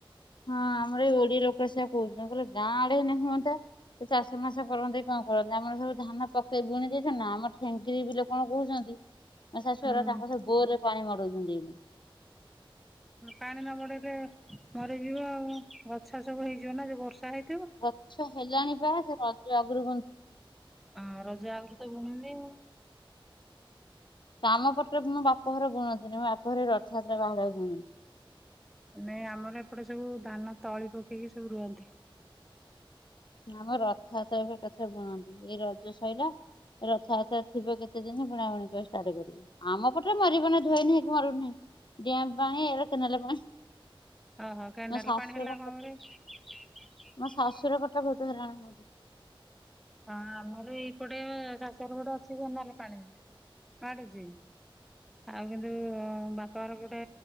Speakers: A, on the left (about 55°); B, in the centre.
A: ହଁ ଆମର ଏଇ ଓଡିଆ ଲୋକଟ ସେଆ କହୁଛନ୍ତି କହିଲଲେ ଗାଁ ଆଡେ ହୁଅନ୍ତା ସେ ଚାଷ ମାସ କରନ୍ତି କଣ କରନ୍ତି ଆମର ସବୁ ଧାନ ପକେଇ ବୁଣି ଦେଇେଇଛନ୍ତି ନା ଠେଙ୍କିର ବ କଣ କହୁଛନ୍ତି ଶାଶୁଆର
B: ହୁଁ
A: ତାଙ୍କ ସହ ବୋର ରେ ପାଣି ମଡଉଛନ୍ତି
B: ପାଣି ନ ବଡେଇଲେ ିବ ଆଉ ଗଛା ସବୁ ହେଇଯିବ ନା ବର୍ଷା ହେଇ
A: ଗଛ ହେଲାଣି ବା ସେ ରଜ ଅଗ୍ର
B: ଆ ରଜ ଆଗରୁ ତ ବୁଣିଲୁ।
A: ଆମ ପଟରେ ମୋ ବାପଘର ଗୁଣନ୍ତିନି ମୋ ବାପ ଘରେ ରଥଯାତ୍ରା ବାହୁଡ଼ାରେ ଗୁଣନ୍ତି।
B: ନାଇଁ ଆମର ଏପଟେ ସବୁ ଧାନ ତଳି ପକେଇକି ସବୁ ରୁହନ୍ତି।
A: ଆମ ରଥଯାତ କଥା ବୁଣନ୍ତି ଏଇ ରଜ ସଇଲା। ରଥଯାତ୍ରା ଥିବ କେତେ ଦିନ ବୁଣାବୁଣି କର ଆମ ପଟରେ ମାରିବ ନି ଧୋଇନ ନାହିଁ ମରୁଡ଼ି ନାହିଁ ଡମ୍ ପାଣି ଏ କେନାଲ ପାଣି
B: ଓହୋ କେନାଲ
A: ମୋ ଶାଶୁର
B: ପାଣି ହେଲା କଣ
A: ପଟେ
B: କରେ
A: ମୋ <unintelligible>
B: ହଁ ଆମର ଏଇପଟେ ଶାଶୁର ଗୋଡେ ଅଛି କେନାଲ ପାଣି। ଆଡୁଛି ଆଉ କିନ୍ତୁ ବାପାର ପଟେ